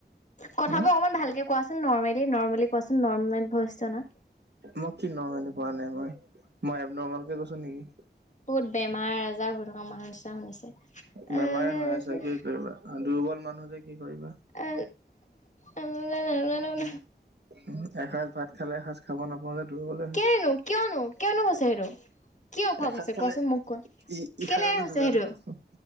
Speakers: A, on the left; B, on the right.
A: কথাবোৰ
B: হা
A: অকমান ভালকে কোৱাচোন নৰ্মেলি নৰ্মেলি কোৱাচোন নৰ্মেল অনা।
B: মই কি নৰ্মেলি কোৱা নাই মই মই এব নৰ্মেলকে কৈছো নেকি
A: বহুত বেমাৰ আজাৰ হৈ থকা মানুহ নিচিনা শুনিছে
B: বেমাৰে
A: আহ
B: হৈ আছা কি কৰিবা আৰু দুৰ্বল মানুহ যে কি কৰিবা
A: অ আম নান
B: উম এসাঁজ ভাত খালে এসাঁজ খাব নাপাওঁ যে দুৰ্বলে হৈছো
A: কেনেনো কিয়নো কিয়নো কৈছে হেই কি অভাৱ
B: এসাঁজ
A: হৈছে
B: খালে
A: কোৱাচোন মোক কোৱা
B: ই ইখা
A: কেলে
B: দলে
A: হৈছে
B: যোগাৰ
A: সেইটো?
B: কৰিব